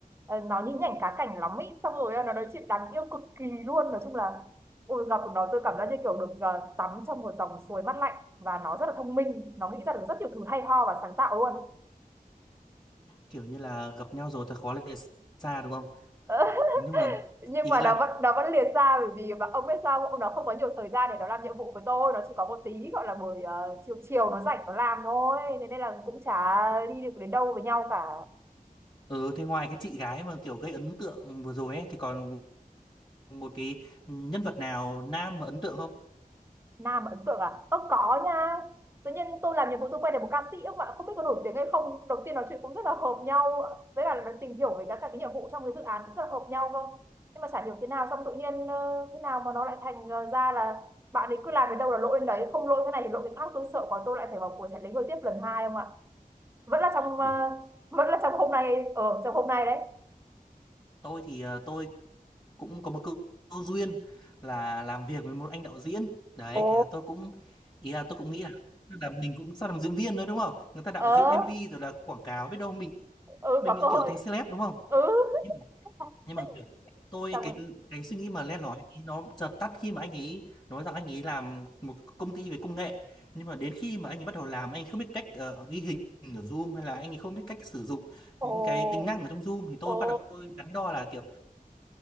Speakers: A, on the right; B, on the left.
A: Ờ, nó nhí nhảnh cá cảnh lắm ý xong rồi ờ, nó nói chuyện đáng yêu cực kỳ luôn nói chung là ôi gặp nó tôi cảm giác như kiểu được ờ, tắm trong một dòng suối mát lạnh và nó rất là thông minh nó nghĩ ra được rất nhiều thứ hay ho và sáng tạo luôn
B: kiểu như là gặp nhau rồi thật khó lìa xa đúng không
A: Ờ,
B: nhưng mà
A: nhưng
B: ý
A: mà
B: là
A: nó vẫn nó vẫn liệt ra bởi vì và ông biết sao ông nó không có nhiều thời gian để nó làm nhiệm vụ với tôi nó chỉ có một tí gọi là buổi ờ, chiều chiều nó rảnh nó làm thôi thế nên là cũng chả đi được đến đâu với nhau cả
B: ừ thế ngoài cái chị gái mà kiểu gây ấn tượng vừa rồi ấy thì còn một cái nhân vật nào nam mà ấn tượng không
A: Nam ấn tượng à? Ơ có nha. Tự nhiên tôi làm nhiệm vụ tôi quay được một ca sĩ các bạn không biết có nổi tiếng hay không. Đầu tiên nói chuyện cũng rất là hợp nhau. Với cả là tìm hiểu về các cái nhiệm vụ trong cái dự án cũng rất là hợp nhau không? Nhưng mà chả hiểu thế nào xong tự nhiên ờ, thế nào mà nó lại thành ờ, ra là bạn ấy cứ làm đến đâu là lỗi đến đấy, không lỗi cái này thì lỗi cái khác tôi sợ quá tôi lại phải vào cuộc chạy lấy người tiếp lần hai không ạ? Vẫn là trong ờ,
B: Ủa,
A: vẫn là trong hôm nay ở trong hôm nay đấy.
B: tôi thì ờ, tôi cũng có một câu, câu duyên là làm việc với một anh đạo diễn đấy
A: Ồ,
B: thế là tôi cũng ý là tôi cũng nghĩ là tức là mình cũng sao làm diễn viên thôi đúng không người ta đạo
A: ờ,
B: diễn MV rồi là quảng cáo biết đâu mình
A: ừ
B: mình
A: có
B: lại
A: cơ hội.
B: kiểu thành celeb đúng không
A: Ừ,
B: nhưng mà
A: <laughs>
B: nhưng mà kiểu tôi
A: xong
B: cái
A: rồi.
B: cái suy nghĩ mà len lỏi ấy, nó chợt tắt khi mà anh ấy nói rằng anh ấy làm một công ty về công nghệ nhưng mà đến khi mà anh ấy bắt đầu làm anh ấy không biết cách ờ, ghi hình ở Zoom hay là anh ấy không biết cách sử dụng
A: Ồ,
B: những cái tính năng ở trong Zoom thì tôi
A: ồ.
B: bắt đầu tôi đắn đo là kiểu